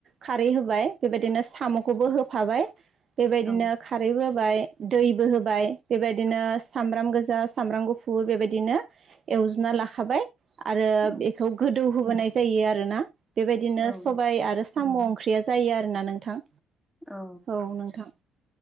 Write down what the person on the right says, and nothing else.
खारै होबाय बेबायदिनो साम'खौबो होफाबाय बेबायदिनो
खारैबो होबाय दैबो होबाय बेबायदिनो सामब्राम गोजा सामब्राम गुफुर बेबायदिनो एवजोबना लाखाबाय आरो
बेखौ गोदौहोबोनाय जायो आरोना बेबायदिनो
सबाय आरो साम' ओंख्रिया जायो आरोना नोंथां
औ नोंथां